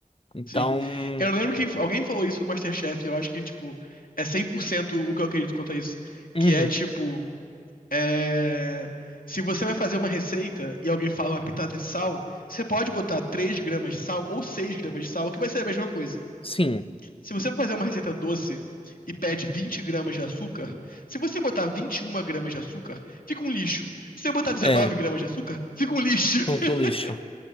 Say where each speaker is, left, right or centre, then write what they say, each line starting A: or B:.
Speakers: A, on the left; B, on the left.
A: Então.
B: Sim. Eu lembro que alguém falou isso no MasterChef, e eu acho que, tipo, é 100% o que eu acredito quanto a isso.
A: Uhum.
B: Que é, tipo, É, Se você vai fazer uma receita e alguém fala uma pitada de sal, você pode botar 3 gramas de sal ou 6 gramas de sal, que vai ser a mesma coisa.
A: Sim,
B: Se você for fazer uma receita doce e pede 20 gramas de açúcar, se você botar 21 gramas de açúcar, fica um lixo. Se você botar dezenove
A: é.
B: gramas de açúcar, fica um lixo. <laughs>
A: Como que o lixo.